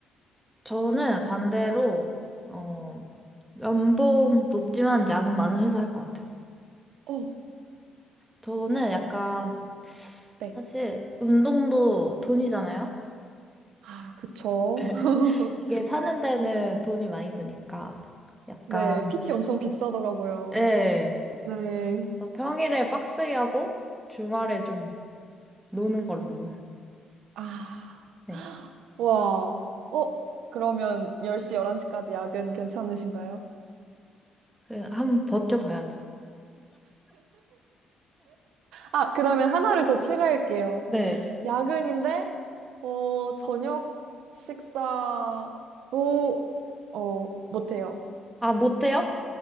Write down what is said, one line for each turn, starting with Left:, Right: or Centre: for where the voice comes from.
Centre: 저는 반대로 어 연봉 높지만 야근 많은 회사 할 것 같아요.
Right: 어,
Centre: 저는 약간
Right: 네.
Centre: 사실 운동도 돈이잖아요.
Right: 아, 그쵸.
Centre: <laughs>
Right: <laughs>
Centre: 이게 사는 데는 돈이 많이 드니까 약간
Right: 네, PT 엄청 비싸더라고요.
Centre: 예.
Right: 네.
Centre: 어, 평일에 빡세게 하고 주말에 좀 노는 걸로.
Right: 아,
Centre: 네.
Right: 와. 어, 그러면 10시, 11시까지 야근 괜찮으신가요?
Centre: 그, 한번 버텨봐야죠.
Right: 아, 그러면 하나를 더 추가할게요.
Centre: 네.
Right: 야근인데, 어, 저녁 식사도, 어, 못해요.
Centre: 아, 못해요?